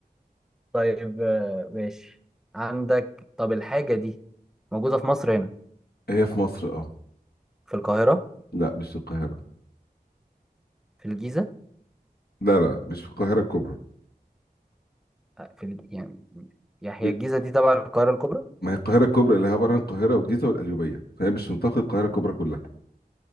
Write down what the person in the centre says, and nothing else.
طيب آه، ماشي عندك طب الحاجة دي موجودة في مصر هنا
في القاهرة
في الجيزة
آه، في ال... يعني يعني
هي الجيزة دي تبع القاهرة الكبرى
آه.